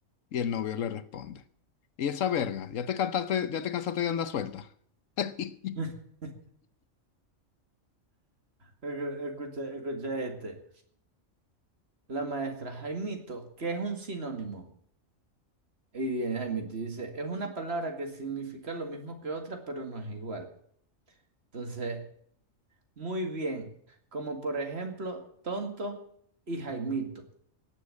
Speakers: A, on the left; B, on the right.
A: Y el novio le responde, ¿y esa verga? ¿Ya te cantaste, ya te cansaste de andar suelta? <laughs>
B: <laughs> Escu- Escuché, escuché este. La maestra, Jaimito, ¿qué es un sinónimo? Y viene Jaime te dice, es una palabra que significa lo mismo que otra, pero no es igual. Entonces, muy bien. Como por ejemplo, tonto y Jaimito.